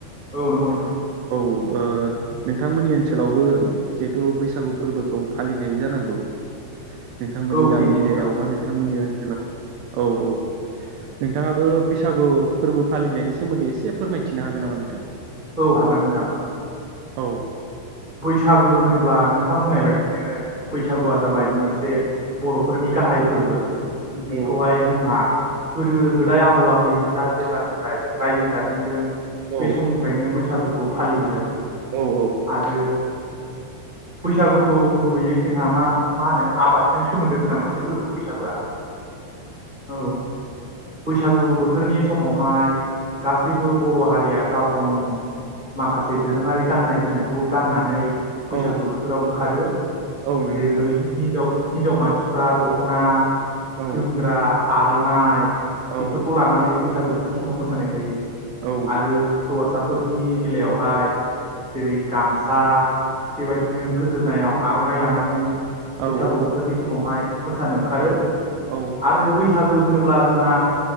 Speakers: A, on the right (about 30°); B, on the right (about 80°).
A: औ नंगौ नोंथां
B: औ। ओ नोंथांमोननि ओनसोलावबो जिहेथु बैसागु फोरबोखौ फालिखायो जानांगौ। नोंथांमोननि
A: औ
B: गामि
A: फैयो नंगौ
B: एरियाआवबा
A: नोंथां
B: नोंथांमोननि ओन हेल' औ औ नों नोंथाङाबो बैसागु फोरबो फालिनायनि सोमोन्दै एसे फोरमायथिनो हागोन नामा नोंथां?
A: औ हागोन नोंथां।
B: औ
A: बैसागो होनोब्ला नोंथां बुंनाय बायदिनो बैसागुआ जाबाय
B: औ
A: मोनसे बर'फोरनि गाहाय फोरबो। बेखौहाय
B: औ
A: जोंहा गोदो गोदाय आबौ आबैमोना जेब्लानिफ्राय रायजो जाजेनदों
B: औ
A: बे समनिफ्रायनो बैसागु खौ फालिबोदों।
B: औ औ
A: आरो बैसागुखौ गुबैयै जोंहा मा मा होनो आबादजों सोमोन्दो गोनां मोनसे फोरबो बैसागुआ औ बैसागु बोथोरनि समावहाय गासैबो बर' हारिया गाव गावनि माखासे दोरोङारि गान्नाय -जोमनाय खौ गाननानै बैसागो
B: औ
A: बोथोराव ओंखारो
B: औ नोंथां
A: जेरै हिनजाव हिनजाव मानसिफ्रा दख'ना
B: औ
A: जोमग्रा आर'नाइ
B: औ
A: बेफोरखौ लानानै बैसागु बेफोर समाव मोसानाय जायो।
B: औ
A: आरो हौवासा फोरनि बेलायावहाय जेरै गामसा बेबायदिनो गोदोनायाव आर'नाइ लानानै
B: औ
A: बैसागु बोथोरनि समावहाय मोसानो ओंखारो
B: औ
A: आरो बै बैसागो होनोब्ला जोंहा